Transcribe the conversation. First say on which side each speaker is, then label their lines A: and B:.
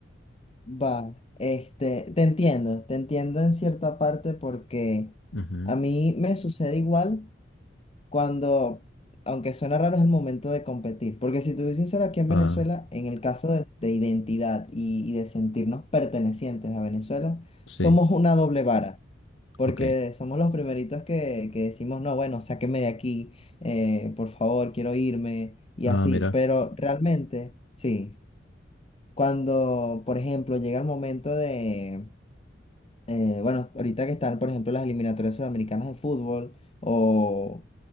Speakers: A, on the left; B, on the left.
A: Va, este, te entiendo, te entiendo en cierta parte porque
B: Ujú.
A: a mí me sucede igual cuando, aunque suena raro, es el momento de competir. Porque si te soy sincero, aquí en
B: Ah,
A: Venezuela, en el caso de, de identidad y, y de sentirnos pertenecientes a Venezuela,
B: sí,
A: somos una doble vara. Porque
B: ok.
A: somos los primeritos que, que decimos, no, bueno, sáqueme de aquí, eh, por favor, quiero irme, y
B: Ah,
A: así.
B: mira.
A: Pero realmente, sí. Cuando, por ejemplo, llega el momento de, eh, bueno, ahorita que están, por ejemplo, las eliminatorias sudamericanas de fútbol o,